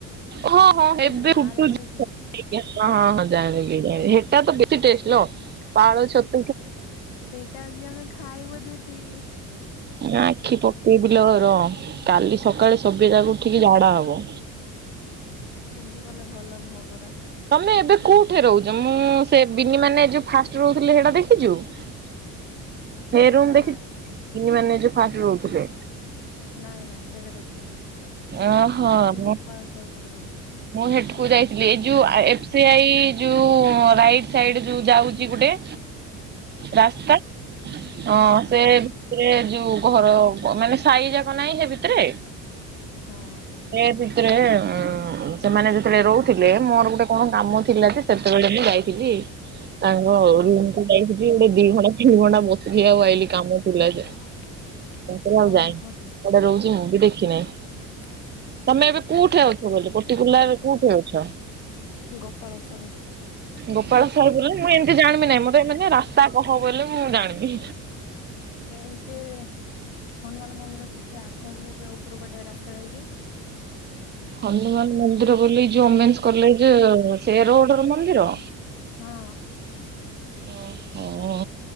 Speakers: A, on the right; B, on the left.
A: ହଁ ହଁଏବେ
B: ନାଇଁ ନାଇଁ ଗାଁ
A: ଫୁଟୁଚି।
B: ଯାକରେ
A: <unintelligible>
B: ସେ
A: ହଁ ହଁ ହଁ ଜାଣିଲି ହେଟା ତ ବେଶୀ ଟେଷ୍ଟେ ଲ ପାଳ ଛତୁ।
B: ସେଇଟା ଆଜି ଆମେ ଖାଇବୁ ଦିଦି।
A: ନା ଆଖି ପକେଇବି ଲୋ ରହ କାଲି ସକାଳେ ସବି ଯାକୁ ଉଠିକି ଝାଡା ହୋବୁ।
B: ସେମିତି କଲେ ଭଲ ନୁହଁପରା।
A: ତମେ ଏବେ କୋଉଠି ରୋହୁଚ ମୁଁ ସେ ବିିନି ମାନେ ଯୋଉ ଫାଷ୍ଟେ ରୋହୁଥିଲି ସେଟା ଦେଖିଚୁ? <unintelligible>
B: ନାଇଁ
A: ମାନେ ଯୋଉ ଫାଷ୍ଟେ ରୋହୁଥିଲେ।
B: ନାଇଁ ନାଇଁ ସେଇଟା ଦେଖିନି
A: ଓହୋ
B: ଆମେ
A: ମୁଁ
B: ଗୋପାଳ ଏପଟେ ରୋହୁଚୁ।
A: ମୁଁ ହେଠୁକୁ ଯାଇଥିଲି ଏଇ ଯୋଉ ଏଫ ସି ଆଇ ଯୋଉ ରାଇଟ ସାଇଡ ଯୋଉ ଯାଉଚି ଗୁଟେ
B: <unintelligible>
A: ରାସ୍ତା ତ
B: ହଁ
A: ସେ ଇଏ ଯୋଉ ଘର ମାନେ ସାଇ ଯାକ ନାଇଁ ହେ ଭିତେ ରେ।
B: ହଁ।
A: ସେ ଭିତରେ ଉଁ ସେମାନେ ଯେତେବେଳେ ରୋ ହୁଥିଲେ ମୋର ଗୁଟେ କଣ କାମ ଥିଲା ଯେ ସେତେବେଳେ ମୁଁ ଯାଇଥିଲି ତାଙ୍କ ରୁମକୁୁ
B: ଓ
A: ଯାଇଥିଲି ଗୁଟେ ଦି ଘଣ୍ଟା ତିନି ଘଣ୍ଟା ବସିଲି ଆଉ ଆଇଲିି କାମ ଥିଲା ଯେ।
B: <unintelligible>
A: ତାପରେ ଆଉ
B: ଓହୋ
A: ଯାଇନି କୁଆଡେ ରୋହୁଚି ମୁଁ ବି ଦେଖିନାଇଁ।
B: <inaudible>
A: ତମେ ଏବେ କୋଉଠେ ଅଛ ବୋଲି ପଟିକୁଲାର କୋଉଠି ଅଛ?
B: ଗୋପାଳ ସାହି
A: ଗୋପାଳ ସାହୁ ବୋଲଲେ ମୁଁ ଏମିତି ଜାଣିବି ନହିଁ ମତେ ଏ ମାନେ ରାସ୍ତା କହ ବୋଲି ମୁଁ ଜାଣିବି।
B: ଏମତି। ହନୁମାନ ମନ୍ଦିର ଟିକେ ଆଗକୁ ଗୋଟେ ଉପର ଗଟେ ରାସ୍ତା ଯାଇଛି।
A: ହନୁମାନ ମନ୍ଦିର ବୋଲି ଓମେ କଲେଜ ସେ ରୋଡ ର ମନ୍ଦିର।
B: ହଁ।
A: ଓହୋ।